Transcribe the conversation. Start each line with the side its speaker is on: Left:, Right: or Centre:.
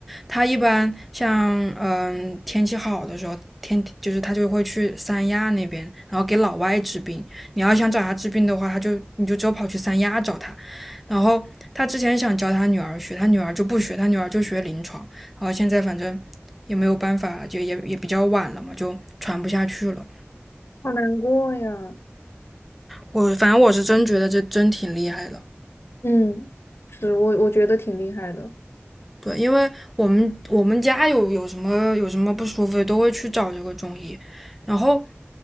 Centre: 他一般像嗯天气好的时候，天就是他就会去三亚那边，然后给老外治病。你要想找他治病的话，他就你就只有跑去三亚找他。然后他之前想教他女儿学，他女儿就不学，他女儿就学临床。然后现在反正也没有办法，就也也比较晚了嘛，就传不下去了。
Left: 好难过呀。
Centre: 我反正我是真觉得这真挺厉害的。
Left: 嗯，是我我觉得挺厉害的，
Centre: 对，因为我们我们家有有什么有什么不舒服都会去找这个中医，然后